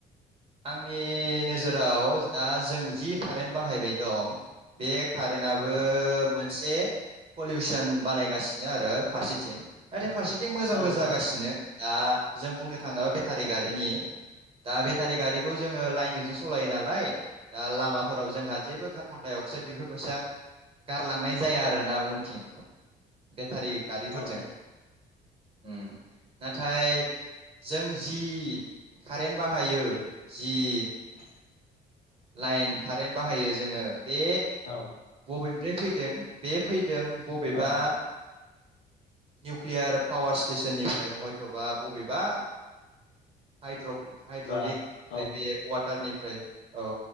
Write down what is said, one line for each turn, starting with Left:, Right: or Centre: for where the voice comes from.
Right: आंनि नोजोराव दा जों जि कारेन्ट बाहायबाय दं बे कारेन्टआबो
Left: औ
Right: मोनसे पलिउसन बानायगासिनो आरो फारसेथिं नाथाय फारसेथिं मोजांबो
Left: औ
Right: जागासिनो
Left: औ
Right: दा जों बुंनो थाङोब्ला बेटारि गारिनि दा बे टारि गारिखौ जोङो लाइनजोंसो सालायो नालाय। दा लामाफोराव जोंहा जेबो कार्बणडाय अक्साइड बेफोरबायसा गारलांनाय जाया आरोना उनथिं। थारि गारिफोरजों
Left: औ
Right: ओम नाथाय जों जि कारेन्ट बाहायो जि
Left: <unintelligible>
Right: लाइन कारेन्ट बाहायो जोङो बे
Left: औ
Right: बबे फैदों बे फै। बबेबा
Left: औ अ
Right: निउकलियार पावार स्टेसननिफ्राय हयथबा बबेबा हाइड्र हाइद्रलिक
Left: बा औ
Right: बे तारनिफ्राय औ।